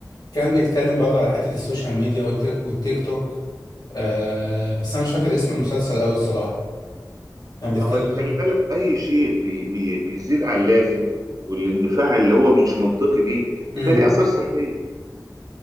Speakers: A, on the left (about 70°); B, on the right (about 55°).
A: كان بيتكلم برضه على حتة السوشيال ميديا والتيك, والتيك توك آه بس انا مش فاكر اسم المسلسل قوي الصراحة كان بيتكلم
B: ما هو خلي الفكرة
A: برضه
B: بالك اي شيء بي بي بيزيد عن اللازم والاندفاع اللي هو مش منطقي دي بيبقى
A: امم
B: ليه اثار سلبيه